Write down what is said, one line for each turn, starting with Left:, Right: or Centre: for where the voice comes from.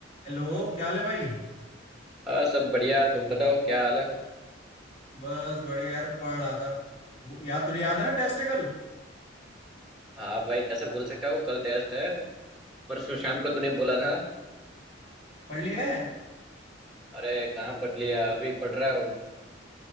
Left: Hello क्या हाल है भाई
Centre: आ, सब बढ़िया तुम बताओ क्या हाल है
Left: बस बढ़िया यार पढ़ रहा था वो- यार तुझे याद है ना टेस्ट कल
Centre: हाँ भाई कैसे भूल सकता हूँ कल टेस्ट है परसों शाम को तूने बोला था
Left: पढ़ ली है
Centre: अरे कहाँ पढ़ लिया अभी पढ़ रहा हूँ